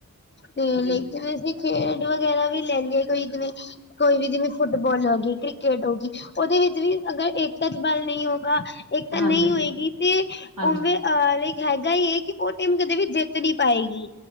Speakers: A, on the left; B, on the right.
A: ਤੇ
B: ਜੀ।
A: ਲੇਕਿਨ ਅਸੀਂ ਖੇਡ ਵਗੈਰਾ ਵੀ ਲੈ ਲਈਏ ਕੋਈ ਜਿਵੇਂ ਕੋਈ ਵੀ ਜਿਵੇਂ ਫੁੱਟਬਾਲ ਹੋ ਗਈ ਕ੍ਰਿਕਟ ਹੋ ਗਈ ਉਹਦੇ ਵਿੱਚ ਵੀ ਅਗਰ ਏਕਤਾ 'ਚ ਬਲ ਨਹੀਂ ਹੋਊਗਾ ਇੱਕ ਤਾਂ
B: ਹਾਂਜੀ,
A: ਨਹੀਂ ਹੋਏਗੀ ਤੇ
B: ਹਾਂਜੀ,
A: ਉਵੇਂ ਅਹ ਲਾਈਕ ਹੈਗਾ ਹੀ ਹੈ ਕਿ ਉਹ ਟੀਮ ਕਦੇ ਵੀ ਜਿੱਤ ਨੀ ਪਾਏਗੀ